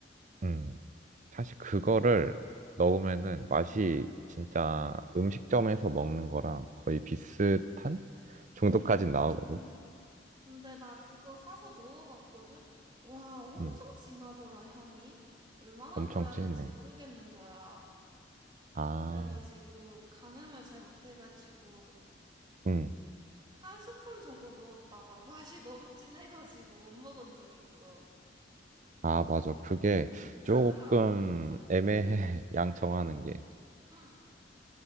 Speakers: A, on the right; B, on the right.
A: 음. 사실 그거를 넣으면은 맛이 진짜 음식점에서 먹는 거랑 거의 비슷한 정도까지
B: 음,
A: 나오거든.
B: 근데 나 그거 사서 넣어봤거든? 와, 엄청
A: 음.
B: 진하더라, 향이. 얼마나
A: 엄청
B: 넣어야
A: 진해.
B: 될지 모르겠는 거야.
A: 아,
B: 그래가지고 가늠을 잘 못해가지고
A: 음.
B: 한 스푼 정도 넣었다가 맛이 <laughs> 너무 진해가지고 못 먹은 적 있어.
A: 아, 맞아. 그게
B: 너무 짜더라고.
A: 조금
B: 응,
A: 애매해. <laughs> 양 정하는 게.
B: 응.